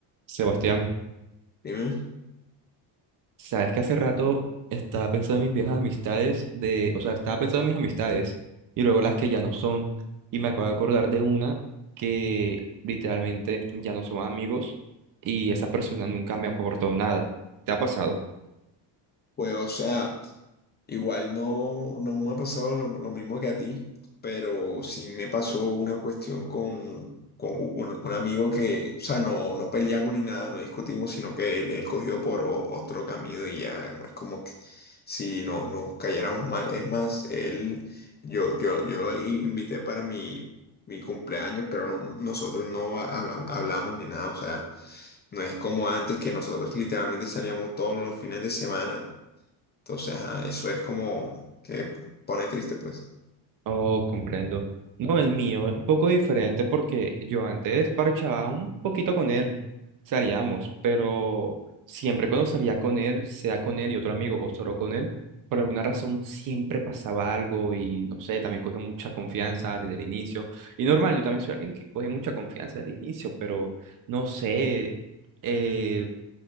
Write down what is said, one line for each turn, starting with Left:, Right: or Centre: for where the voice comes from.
Right: Sebastián,
Left: Dime.
Right: sabes que hace rato estaba pensando en mis viejas amistades de, o sea, estaba pensando en mis amistades y luego las que ya no son y me acabo de acordar de una que literalmente ya no son amigos y esa persona nunca me aportó nada. ¿Te ha pasado?
Left: Pues, o sea. Igual no, no me ha pasado lo, lo mismo que a ti, pero sí me pasó una cuestión con, con u- un, un amigo que, o sea, no, no peleamos ni nada, no discutimos, sino que él, él cogió por o- otro camino y ya no es como que si no nos cayéramos mal. Es más, él, yo, yo, yo lo i- invité para mi, mi cumpleaños, pero no- no, nosotros no habla- hablamos ni nada, o sea, no es como antes que nosotros literalmente salíamos todos los fines de semana entonces, ajá, eso es como que pone triste, pues.
Right: Oh, comprendo. No, el mío es un poco diferente porque yo antes parchaba un poquito con él, salíamos, pero siempre cuando salía con él, sea con él y otro amigo o solo con él, por alguna razón siempre pasaba algo y no sé, también cogió mucha confianza desde el inicio. Y normal, yo también soy alguien que coge mucha confianza desde el inicio, pero no sé, eh,